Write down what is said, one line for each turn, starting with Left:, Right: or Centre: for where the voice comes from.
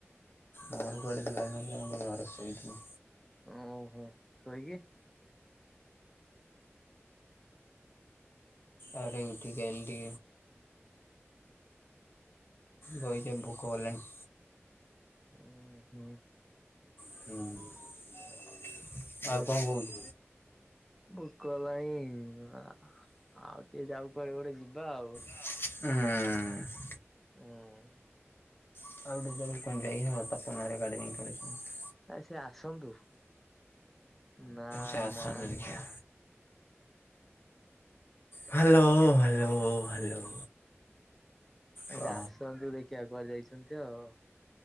Left: ଆମର କୁଆଡେ ଯିବା ହେଇନଥିଲା <unintelligible> ଘରେ ଶୋଇଥିଲି।
Centre: ଓହୋ ଶୋଇକି
Left: ଆରେ ଉଠିକି ଆଇଲି ଟିକେ ଶୋଇଛି ଭୋକ କଲାଣି
Centre: ଉ ହୁଁ।
Left: ହୁଁ।
Centre: ବୋହୁତ
Left: ଆଉ କଣ କହୁଛୁ
Centre: ବୋହୁତ। କଲାଣି ଆଉ ଟିକେ ଯାଉ କୁଆଡେ ଗୋଟେ ଯିବା ଆଉ।
Left: ହୁଁଉଁ।
Centre: ହୁଁ।
Left: <unintelligible> ତପନ ହେରିକା ଗାଡ଼ି ନେଇକି ପଳେଇଛନ୍ତି
Centre: ଆ ସିଏ ଆସନ୍ତୁ ନା
Left: ସେ ଆସନ୍ତୁ
Centre: ନା
Left: ଦେଖିବା
Centre: ନା।
Left: ହ୍ଯାଲୋ ହ୍ୟାଲୋ ହ୍ୟାଲୋ।
Centre: ଆଜି
Left: କ
Centre: ଆସନ୍ତୁ ଦେଖିଆ କୁୁଆଡେ ଯାଇଚନ୍ତି ଆଉ।